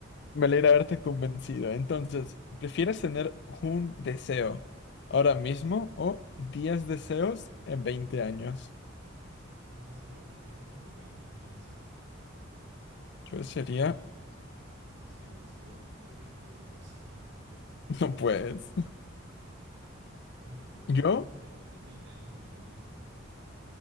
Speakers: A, on the left; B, on the right.
A: me alegra haberte convencido. Entonces, ¿prefieres tener un deseo ahora mismo o 10 deseos en 20 años?
B: ¿Un deseo ahora mismo o veinte en diez.
A: Yo sería...
B: Y si,
A: <laughs>
B: y si deseo tener 20 deseos <laughs> ahora mismo.
A: No puedes.
B: Bueno, me espero
A: ¿Yo?
B: los, eh, 20, en 20 años y tengo 10 y ya.